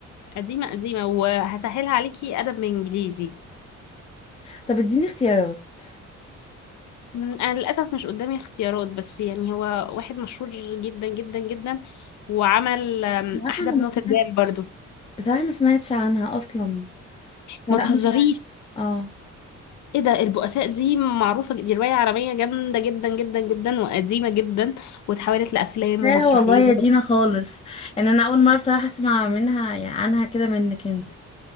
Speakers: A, on the left; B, on the left.
A: قديمة قديمة وهسهلها عليكي أدب من إنجليزي
B: طب اديني اختيارات
A: م، أنا للأسف مش قدامي اختيارات بس يعني هو واحد مشهور جدا جدا جدا وعمل أم،
B: بصراحة
A: أحدب
B: أنا ما
A: نوتردام
B: سمعتش
A: برضو
B: بصراحة ما سمعتش عنها أصلا لا
A: ما
B: لا،
A: تهزريش
B: مش عارفة اه
A: ايه ده البؤساء دي معروفة دي رواية عالمية جامدة جدا جدا جدا وقديمة جدا واتحولت لأفلام
B: لا
A: ومسرحيات
B: والله يا دينا خالص يعني أنا أول مرة بصراحة أسمع منها يعني عنها كده منك أنت